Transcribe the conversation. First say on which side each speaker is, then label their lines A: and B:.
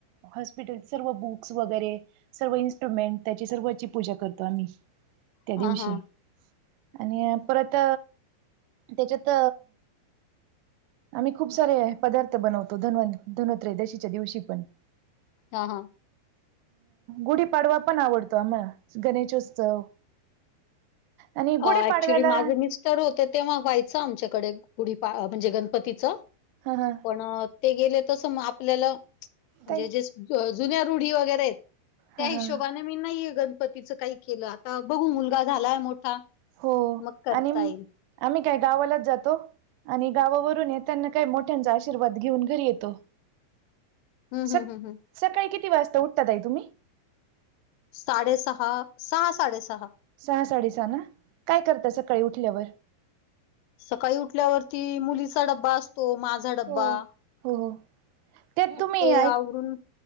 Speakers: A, on the right; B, on the left.
A: हॉस्पिटल सर्व बुक्स वगैरे सर्व इन्स्ट्रुमेंट त्याची सर्वची पूजा करतो आम्ही त्या
B: हा
A: दिवशी
B: हा
A: आणि परत त्याच्यात आम्ही खूप सारे पदार्थ बनवतो धनो त्रईच्या दिवशी पण
B: हा हा
A: गुढीपाडवा पण आवडतो आम्हाला गणेशोत्सव आणि गुढीपाडव्याला
B: अ ऍक्च्युली माझं मिस्टर होते तेव्हा व्हायचं आमच्याकडे म्हणजे गणपतीचं
A: हा हा
B: पण ते गेले तस आपल्याला म्हणजे
A: ताई
B: जे जुन्या रुढी वगैरे आहेत त्या
A: हा
B: हिशोबाने
A: हा
B: मी नाहीये गणपतीचं काही केलं आता बघू मुलगा झालाय मोठा
A: हो
B: मग करता
A: आणि
B: येईल.
A: आम्ही काय गावालाच जातो आणि गावावरून येताना काय मोठ्यांचा आशीर्वाद घेऊन घरी येतो
B: हम्
A: स
B: हम हम हम
A: सकाळी किती वाजता उठता ताई तुम्ही
B: साडेसहा सहा साडेसहा
A: सहा साडेसहा ना काय करता सकाळी उठल्यावर
B: सकाळी उठल्यावरती मुलीचा डब्बा असतो माझा डब्बा
A: हो. हो हो त्यात
B: मग
A: तुम्ही
B: ते
A: ऐ
B: आवरून